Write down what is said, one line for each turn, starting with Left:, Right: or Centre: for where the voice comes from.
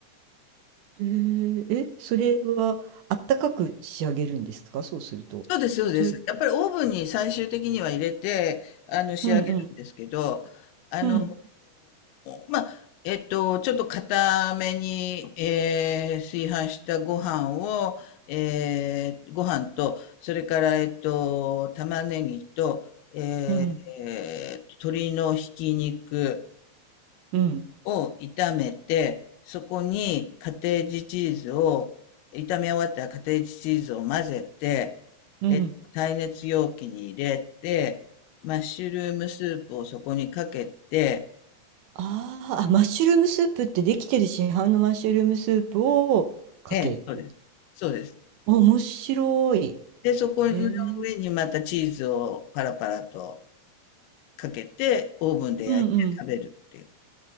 Right: へえ、え、それはあったかく仕上げるんですか、そうすると。
Left: そうです、そうです。
Right: それ、
Left: やっぱりオーブンに最終的には入れて、あの、仕上げるんですけど、
Right: うんうん。
Left: あの
Right: うん、
Left: ーまあ、えっと、ちょっと硬めに、えー炊飯したご飯を、えーご飯と、それから、えっと、玉ねぎと、えーえー鶏のひき肉、
Right: うん、うん、
Left: を炒めて、そこにカテージチーズを、炒め終わったらカテージチーズを混ぜて、
Right: うん。
Left: えっと、耐熱容器に入れて、マッシュルームスープをそこにかけて、
Right: あーあ、マッシュルームスープってできてる市販のマッシュルームスープをかける。
Left: ええ、そうです。そうです。
Right: あ面白い。
Left: で、そこの
Right: へえ。
Left: 上にまたチーズをパラパラとかけて、オーブンで焼いて食べるっていう。
Right: うんうん